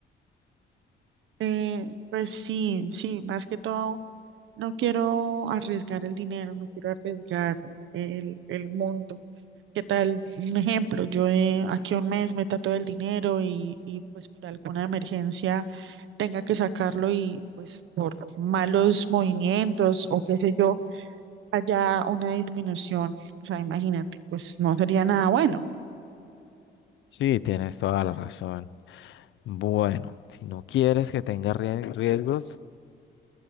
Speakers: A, on the right; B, on the left.
A: Eh, pues sí, sí, más que todo. No quiero arriesgar el dinero, no quiero arriesgar el, el mundo. ¿Qué tal? Un ejemplo, yo eh, aquí a un mes meta todo el dinero y, y pues por alguna emergencia tenga que sacarlo y pues por malos movimientos o qué sé yo, haya una disminución. O sea, imagínate, pues no sería nada bueno.
B: Sí, tienes toda la razón. Bueno, si no quieres que tenga rie- riesgos,